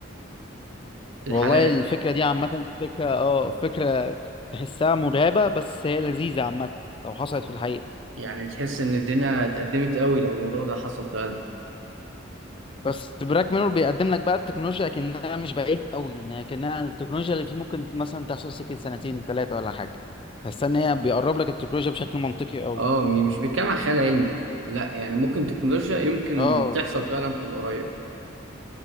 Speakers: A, on the right; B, on the left.
A: الحلقة
B: والله الفكرة دي عامة فكرة اه فكرة تحسها مرعبة بس هي لذيذة عامة لو حصلت في الحقيقة
A: يعني تحس إن الدنيا اتقدمت قوي لو الموضوع ده حصل فعلا
B: بس براك ميرور بيقدم لك بقى التكنولوجيا كأنها مش بعيد قوي انها كأنها التكنولوجيا اللي فيه ممكن مثلا تحصل سكة سنتين ثلاثة ولا حاجة تحس ان هي بيقرب لك التكنولوجيا بشكل منطقي قوي
A: اه م- مش بيتكلم عن خيال علمي لا يعني ممكن تكنولوجيا يمكن
B: اه
A: تحصل فعلا في القريب